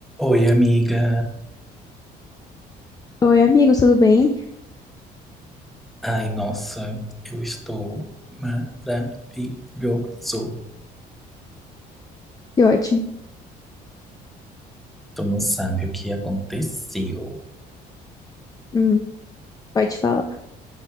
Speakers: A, in the centre; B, on the left (about 20°).
A: Oi, amiga.
B: Oi, amigo, tudo bem?
A: Ai, nossa, eu estou maravilhoso.
B: Que ótimo.
A: Tu não sabe o que aconteceu.
B: Hum, pode falar.